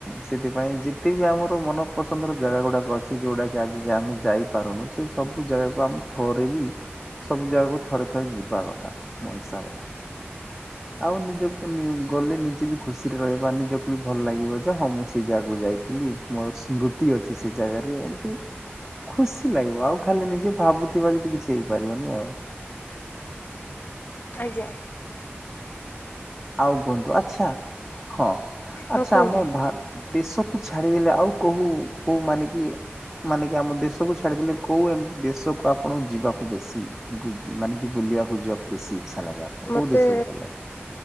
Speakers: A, in the centre; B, on the left.
A: ସେଥିପାଇଁ ଯେତେ ବିି ଆମର ମନ ପସନ୍ଦର ଜାଗା ଗୁଡାକ ଅଛି ଯଉଗଡାକ କି ଆଜି ଆମେ ଯାଇପାରୁନୁ ସେ ସବୁ ଜାଗାକୁ ଆମ ଥରିବି। ସବୁ ଜାଗାକୁ ଥରେ ଥରେ ଯିବା କଥା ମୋ ହିସାବ ରେ। ଆଉ ନିଜକୁ ଗଲେ ନିଜେ ବି ଖୁସିରେ ରହିବା ନିଜକୁ ଭଲ ଲାଗିବ ଯେ ହଁ ମୁଁ ସେ ଜାଗାକୁ ଯାଇଥିଲି ମୋର ସ୍ମୃତି ଅଛି ସେ ଜାଗାରେ ଏମତି। ଖୁସି ଲାଗିବ ଆଉ ଖାଲି ନିଜେ ଭାବୁଥିବା ଯଦି କିଛି ହେଇପାରିବନି ଆଉ।
B: ଆଜ୍ଞା।
A: ଆଉ କୁହନ୍ତୁ ଆଚ୍ଛା ହଁ
B: ହଁ
A: ଆଚ୍ଛା
B: କୁହନ୍ତୁ
A: ଆମ ଦେଶକୁ ଛାଡିଦେଲେ ଆଉ କହୁ କୋଉ ମାନେ କି ମାନେ କି ଆମ ଦେଶକୁ ଛାଡିଦେଲେ କୋଉ ଏମିତି ଦେଶକୁ ଆପଣଙ୍କୁ ଯିବାକୁ ବେଶୀ ବୁ ମାନେ କି ବୁ ବୁଲିବାକୁ ଯିବାକୁ ବେଶୀ ଇଛା ଲାଗେ ଆପଣଙ୍କୁ
B: ମତେ
A: କୋଉ ଦେଶକୁ ଭଲ ଲାଗେ।